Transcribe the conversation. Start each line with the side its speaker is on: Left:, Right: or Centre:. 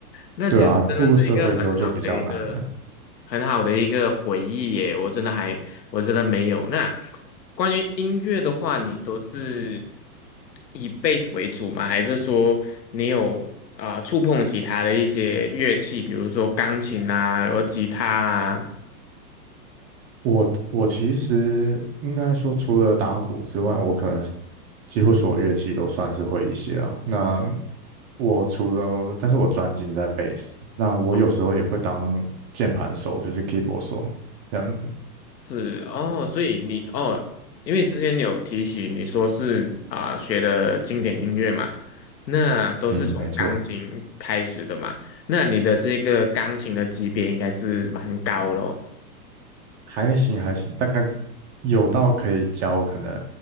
Left: 那其实真的是一个很好的一个
Right: 对啊，步入社会之后就比较难了。
Left: 很好的一个回忆耶，我真的还我真的没有。那关于音乐的话，你都是以 bass 为主吗？还是说你有啊、触碰其他的一些乐器，比如说钢琴啊，然后吉他
Right: 我我其实应该说，除了打鼓之外，我可能是几乎所有乐器都算是会一些了。那我除了，但是我专精在贝斯。那我有时候也会当键盘手，
Left: 啊？
Right: 就是 keyboard 手，这样。
Left: 是哦，所以你哦，因为之前你有提起你说是啊、学的经典音乐嘛，那都是从钢琴开始的嘛，
Right: 嗯，没错，
Left: 那你的这个钢琴的级别应该是蛮高咯。
Right: 还行还行，大概有到可以教可能